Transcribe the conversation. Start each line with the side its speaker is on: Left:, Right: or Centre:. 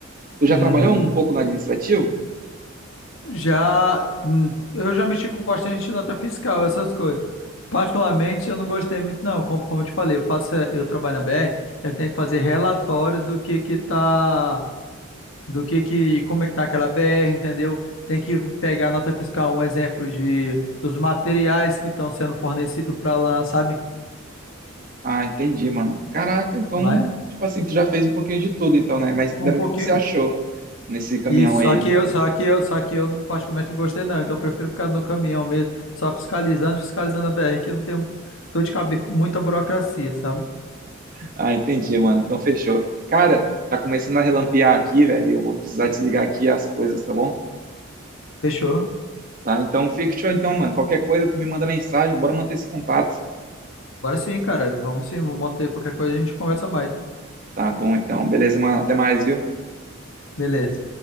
Right: Tu já
Left: uhum.
Right: trabalhou um pouco no administrativo?
Left: Já, hum, eu já mexi com bastante nota fiscal, essas coisas. Particularmente, eu não gostei muito, não. Como, como eu te falei, eu faço, eh, eu trabalho na BR, eu tenho que fazer relatórios do que que tá, do que que, como é que tá aquela BR, entendeu? Tem que pegar nota fiscal, um exemplo de dos materiais que estão sendo fornecidos para lá, sabe?
Right: Ah, entendi, mano. Caraca, então,
Left: Mas
Right: tipo assim, tu já fez um pouquinho de tudo, então, né? Mas ainda
Left: um pouquinho,
Right: bem que você achou nesse caminhão
Left: Isso,
Right: aí.
Left: só que eu, só que eu, só que eu particularmente não gostei não, então eu prefiro ficar no caminhão mesmo, só fiscalizando, fiscalizando a BR, que eu não tenho dor de cabeça, com muita burocracia, sabe?
Right: Ah, entendi, mano. Então, fechou. Cara, tá começando a relampear aqui, velho. e Eu vou precisar desligar aqui as coisas, tá bom?
Left: Fechou?
Right: Tá, então fica show, então, mano. Qualquer coisa, tu me manda mensagem. Bora manter esse contato.
Left: Bora sim, cara, vamos sim, vamos manter qualquer coisa, a gente conversa mais.
Right: Tá bom, então. Beleza, mano. Até mais, viu?
Left: Beleza.